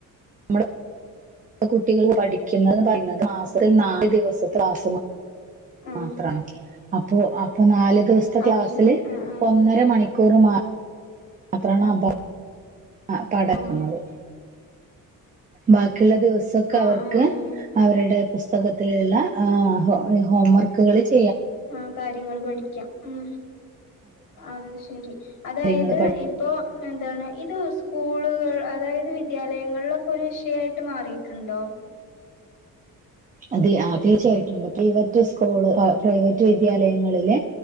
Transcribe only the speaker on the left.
ആഹ്
അത്
ശരി ആഹ് ആഹ്
ആഹ്
ആഹ്
ആഹ് ആഹ്
ഉം കാര്യങ്ങൾ പഠിക്കാം- ഉം അതെ ശരി അതായത്
ഇപ്പോ എന്താണ് ഇത് സ്കൂളുകൾ അതായത് വിദ്യാലയങ്ങളിലൊക്കെ ഒരു വിഷയായിട്ട് മാറിട്ടുണ്ടോ?